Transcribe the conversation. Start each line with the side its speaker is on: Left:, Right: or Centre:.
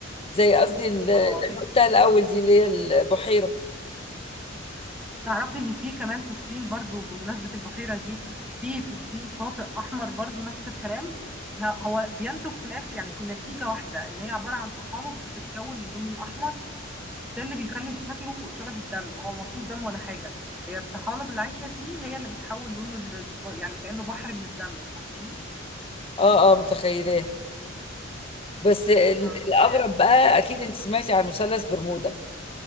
Left: زي قصدي ال- اللي
Centre: اه دي-
Left: أنا قلتها الاول دي اللي هي البحيره
Centre: تعرفي ان في كمان في الصين برضو بمناسبه البحيره دي في في الصين شاطئ احمر برضو نفس الكلام ه- هو بينتج في الاخر يعني يكون نتيجه واحده ان هي عباره عن طحالب بتتكون للون الاحمر ده اللي بيخلي شكله شبه الدم هو ما فيهوش دم ولا حاجة هي الطحالب اللي عايشة فيه هي اللي بتحول لونه لل... يعني كأنه بحر من الدم فاهماني
Left: اه اه متخيلاه بس ال-
Centre: اه
Left: الاغرب
Centre: فعلا
Left: بقى اكيد انت سمعتي عن مثلث برمودا